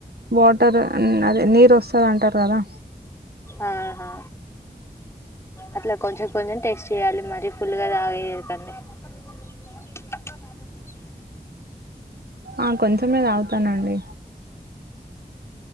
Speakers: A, on the right (about 75°); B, on the left (about 15°).
A: వాటర్ అదే నీరు వస్తుంది అంటారు కదా
B: ఆహా అట్లా కొంచెం కొంచెం టేస్ట్ చేయాలి మరీ ఫుల్గా తాగేకండి ా కాద చే
A: ఆ కొంచమే అగుతానండి